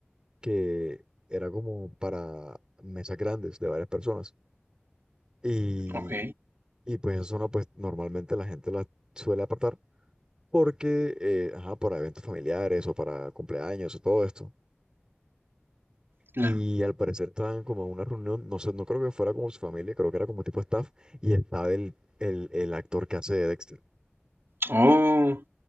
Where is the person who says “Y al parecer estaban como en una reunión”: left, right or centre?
Right